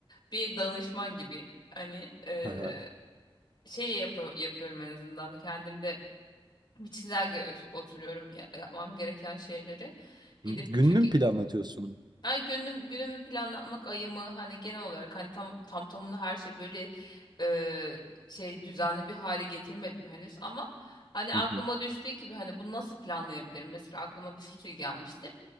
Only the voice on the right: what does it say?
Aha.
Gününü
mü planlatıyorsun?
Hı hı.